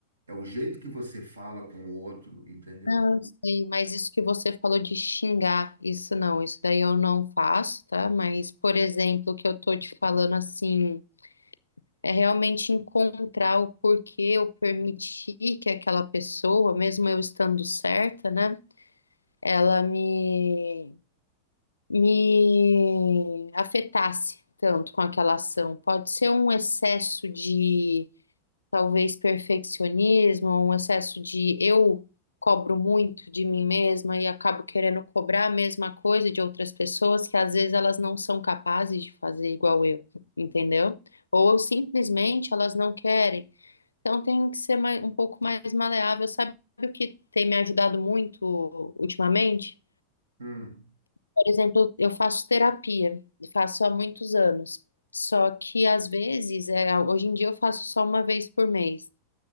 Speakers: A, on the right (about 70°); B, on the left (about 80°).
A: É o jeito que você fala com o outro, entendeu?
B: Não, eu sei, mas isso que você falou de xingar, isso não, isso daí eu não faço, tá? Mas, por exemplo, que eu tô te falando assim. É realmente encontrar o porquê eu permiti que aquela pessoa, mesmo eu estando certa, né, ela me, me afetasse tanto com aquela ação. Pode ser um excesso de, talvez, perfeccionismo, um excesso de eu cobro muito de mim mesma e acabo querendo cobrar a mesma coisa de outras pessoas que às vezes elas não são capazes de fazer igual eu, entendeu? Ou simplesmente elas não querem. Então tenho que ser mais, um pouco mais maleável. Sabe o que tem me ajudado muito ultimamente?
A: Hum.
B: Por exemplo, eu faço terapia, e faço há muitos anos. Só que às vezes, é, hoje em dia eu faço só uma vez por mês,